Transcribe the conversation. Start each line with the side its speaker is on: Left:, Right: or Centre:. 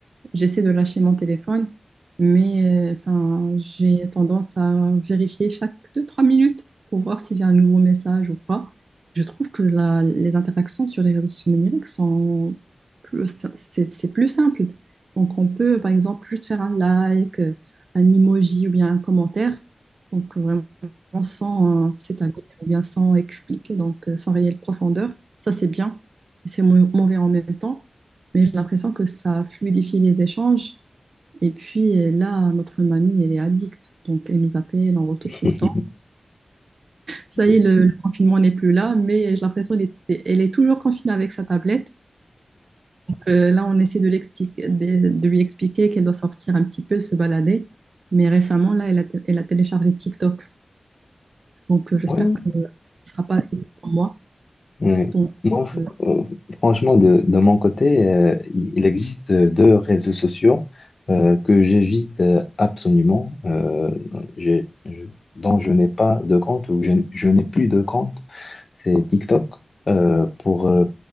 Right: J'essaie de lâcher mon téléphone, mais euh, enfin, j'ai tendance à vérifier chaque deux-trois minutes pour voir si j'ai un nouveau message ou pas. Je trouve que la- les interactions sur les réseaux sociaux numériques sont plus, c'est, c'est plus simple. Donc, on peut, par exemple, juste faire un like, euh, un emoji ou bien un commentaire. Donc, euh, vraiment sans euh, s'étaler ou bien sans expliquer, donc euh, sans réelle profondeur. Ça, c'est bien. C'est mau- mauvais en même temps. Mais j'ai l'impression que ça fluidifie les échanges. Et puis euh, là, notre mamie, elle est addict. Donc, elle nous appelle en retour
Left: <laughs>
Right: tout le temps. Ça
Left: Mhm.
Right: y est, le, le confinement n'est plus là, mais j'ai l'impression qu'elle est, elle est toujours confinée avec sa tablette. Euh, là, on essaie de, l'expliquer- de, de lui expliquer qu'elle doit sortir un petit peu, se balader. Mais récemment, là, elle a, tél- elle a téléchargé TikTok. Donc, euh, j'espère
Left: Ouais,
Right: que ce ne sera pas pour moi.
Left: Oui.
Right: Donc,
Left: Moi, f-
Right: euh,
Left: euh, franchement, de, de mon côté, euh, il il existe deux réseaux sociaux euh, que j'évite euh, absolument, euh, j'ai- je- dont je n'ai pas de compte ou je, je n'ai plus de compte. C'est TikTok euh, pour euh,